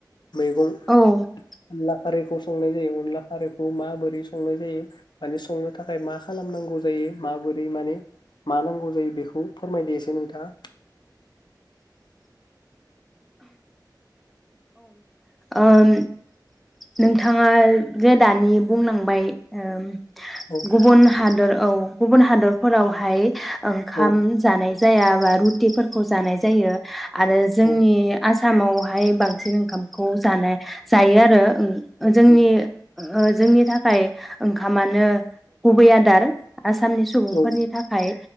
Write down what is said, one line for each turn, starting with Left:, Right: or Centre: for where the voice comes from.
Left: मैगं
Centre: औ
Left: लाफारिखौ संनाय जायो अनला खारैखौ माबोरै संनाय जायो माने संनो थाखाय मा खालामनांगौ जायो माबोरै माने मा नांगौ जायो बेखौ फोरमायदो एसे नोंथाङा
Centre: ओम नोंथाङा जे दानि बुंलांबाय ओम
Left: औ
Centre: गुबुन हादर औ गुबुन हादरफोरावहाय ओंखाम
Left: औ
Centre: जानाय जायाबा रुटिफोरखौ जानाय जायो। आरो जोंनि
Left: औ
Centre: आसा <unintelligible> बांसिन ओंखामखौ जानाय जायो आरो ओं जोंनि
Left: औ
Centre: औ जोंनि थाखाय ओंखामानो गुबै आदार आसामनि सुबुंफोरनि
Left: औ
Centre: थाखाय